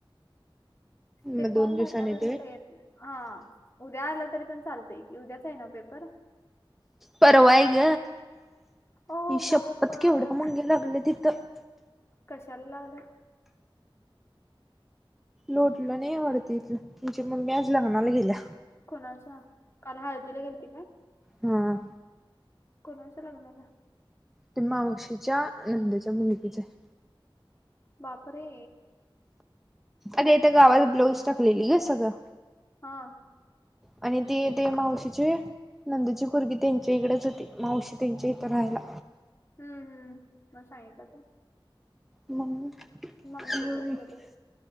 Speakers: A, on the left (about 30°); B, in the centre.
A: ते
B: मग दोन
A: फॉर्म
B: दिवसाांनी
A: भरल्या भरल्या
B: येते
A: लगेच हा उद्या आलं तरी पण चालतंय की उद्याच आहे नव्ह पेपर
B: परवा आहे ग
A: ओ
B: आईशप्पथ
A: हो पण
B: केवढ्या मुंग्या लागल्या आहेत इथं.
A: कशाला लागले?
B: लोटलं नाही आवडत इथलं तुमच्या मग मी आज लग्नाला गेल्या
A: कुणाच्या काल हळदीला गेलती काय?
B: हा.
A: कोणाच्या लग्नाला?
B: ते मावशीेच्या नंदेच्या मुलगीच आहे.
A: बापरे
B: अग इथं गावात ब्लाऊज टाकलेली ग सगळं
A: हा
B: आणि ते ते मावशीचे नंदूची पूरगी त्यांच्या इकडेच होती मावशी त्यांच्या इथं राहायला.
A: हम्म हम्म मग सांगितलासा.
B: मी जेवली
A: मम्मी आणि कोण गेले
B: की